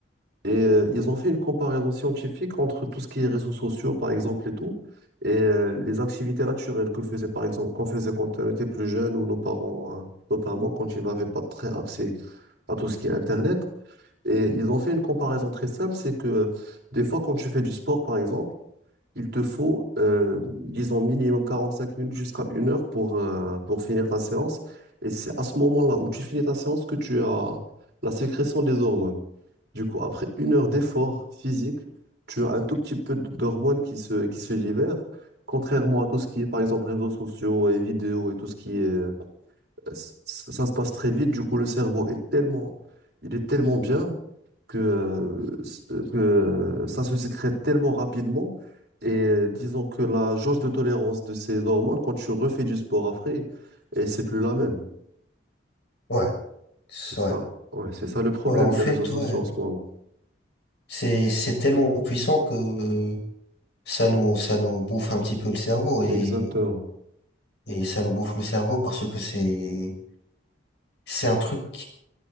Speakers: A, on the right; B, on the left.
A: Et euh, ils ont fait une comparaison scientifique entre tout ce qui est réseaux sociaux, par exemple, et tout, et euh, les activités naturelles que faisait, par exemple, qu'on faisait quand on était plus jeune ou nos parents, euh, notamment quand ils n'avaient pas très accès à tout ce qui est Internet. Et ils ont fait une comparaison très simple, c'est que des fois, quand tu fais du sport, par exemple, il te faut, euh, disons, minimum 45 minutes jusqu'à une heure pour, euh, pour finir ta séance. Et c'est à ce moment-là où tu finis ta séance que tu as la sécrétion des hormones. Du coup, après une heure d'effort physique, tu as un tout petit peu d'hormones qui se, qui se libèrent, contrairement à tout ce qui est, par exemple, réseaux sociaux et vidéos et tout ce qui est... Ça, ça se passe très vite, du coup, le cerveau est tellement... Il est tellement bien que, euh, s- que ça se sécrète tellement rapidement. Et euh, disons que la jauge de tolérance de ces hormones, quand tu refais du sport après, et c'est plus la même.
B: ouais, c'est
A: C'est ça.
B: vrai.
A: Ouais, c'est ça le problème
B: Ouais, en fait,
A: des réseaux sociaux
B: ouais,
A: en ce moment.
B: c'est c'est tellement puissant que ça nous ça nous bouffe un petit peu le cerveau et
A: Exactement.
B: et ça nous bouffe le cerveau parce que c'est c'est un truc. qui-